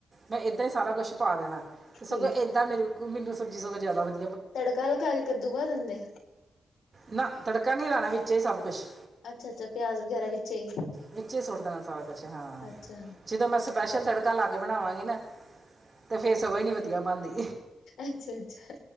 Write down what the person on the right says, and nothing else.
ਮੈਂ ਇੱਦਾਂ ਈ ਸਾਰਾ ਕੁਛ ਪਾ ਦੇਣਾ। ਤੇ
ਸਗੋਂ ਏਦਾਂ ਮੈਨੂੰ ਸਬਜ਼ੀ ਸਗੋਂ ਜ਼ਿਆਦਾ ਵਧੀ
ਨਾ ਤੜਕਾ ਨੀ ਲਾਣਾ ਵਿੱਚੇ ਸਭ ਕੁਛ।
ਵਿੱਚੇ ਸੁੱਟ ਦੇਣਾ ਸਾਰਾ ਕੁਛ ਹਾਂ,
ਜਦੋਂ ਮੈਂ ਸਬਜੀ ਸਪੈਸ਼ਲ ਤੜਕਾ ਲਾ ਕੇ, ਬਣਾਵਾਂਗੇ ਨਾ। ਤੇ ਫੇਰ ਸਗੋਂ ਨੀ ਵਧੀਆ ਬਣਦੀ,